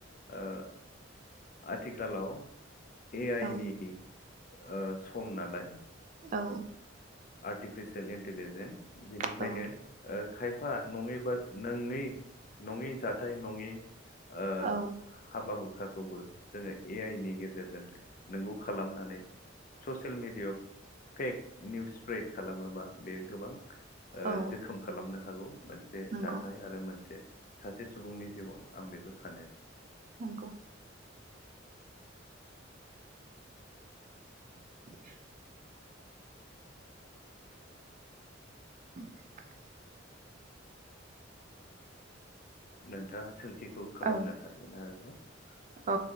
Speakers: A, on the left; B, on the right.
A: ओ आथिखालाव ए आइनि
B: औ
A: ओ सम नालाय
B: औ।
A: आर्टिफिसियेल इन्टलिजेन्स बेनिखायनो
B: औ
A: ओ। खायफा नङैबा नङै नङै जाथाय नङै। ओ
B: औ
A: हाबा। खौबो जोङो ए आइ नि गेजेरजों नंगौ खालामनानै social media fake news spread खालामोबा बे गोबां ओ
B: औ
A: जोखोम खालामनो हागौ मोनसे
B: नंगौ
A: जाथाय आरो मोनसे सासे सुबुंनि जिउआव आं बेखौ सानो
B: नंगौ। <unintelligible> <unintelligible>
A: नोंथाङा सोंथिखौ खालामनो
B: औ
A: हासिगोन आरो। <unintelligible>
B: औ